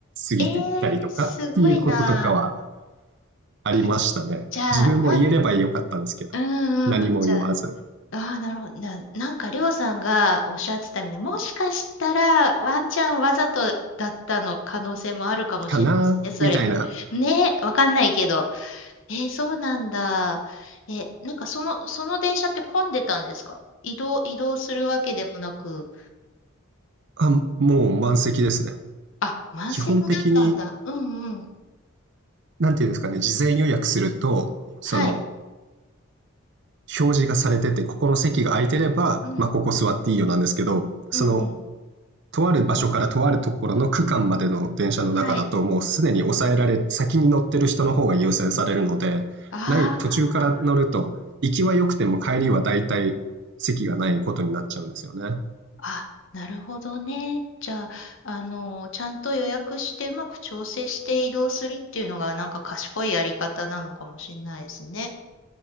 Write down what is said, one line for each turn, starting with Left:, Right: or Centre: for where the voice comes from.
Right: 過ぎていったりとかっていうこととかは
Left: えー、すごいな。
Right: ありましたね。
Left: え、じゃあ、
Right: 自分も言えればよかったんですけど、
Left: な、うんうん。
Right: 何も言わず。
Left: じゃあ、ああ、なるほど。な、なんか、りょうさんがおっしゃってたみたいな、もしかしたら、ワンチャンわざとだったの可能性もあるかもしれないですね、
Right: かなみたいな。
Left: それ。ね、わかんないけど。えーそうなんだ。え、なんか、その、その電車って混んでたんですか移動、移動するわけでもなく。
Right: あ、もう満席ですね。
Left: あ、満席だったんだ。
Right: 基本的に、
Left: うんうん。
Right: なんていうんですかね、事前予約すると、その、
Left: はい。
Right: 表示がされてて、ここの席が空いてれば、
Left: うん。
Right: まあ、ここ座っていいよなんですけど、その、
Left: うんうん。
Right: とある場所からとあるところの区間までの電車の中だと、
Left: はい。
Right: もうすでに抑えられ、先に乗ってる人の方が優先されるので、
Left: ああ。
Right: ない、途中から乗ると、行きは良くても帰りは大体席がないことになっちゃうんですよね。
Left: あ、なるほどね。じゃあ、あの、ちゃんと予約してうまく調整して移動するっていうのがなんか賢いやり方なのかもしれないですね。